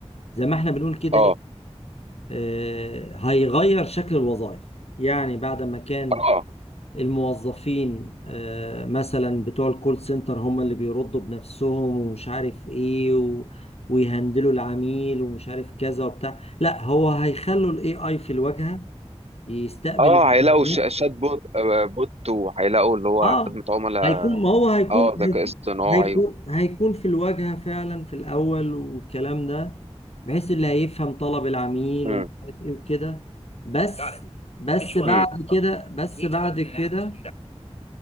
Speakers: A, on the left; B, on the right.
A: زي ما احنا بنقول كده
B: اه
A: إيه، آه هيغير شكل الوظائف يعني بعد ما كان
B: اه
A: الموظفين آه مثلا بتوع الكول سنتر هم اللي بيردوا بنفسهم ومش عارف ايه و ويهندلوا العميل ومش عارف كذا وبتاع لا هو هيخلوا الاي اي في الواجهه يستقبل
B: اه
A: الامكانيات
B: هيلاقوا ش- شات بوت آه، بوت وهيلاقوا اللي هو
A: اه
B: خدمة عملاء
A: هيكون ما هو هيكون
B: اه ذكاء اصطناعي
A: هيكون
B: و...
A: هيكون في الواجهه فعلا في الاول والكلام ده بحيث اللي هيفهم طلب العميل
B: مم،
A: ومش عارف ايه وكده تعرف بس يعني بس بعد
B: مم،
A: كده بس بعد كده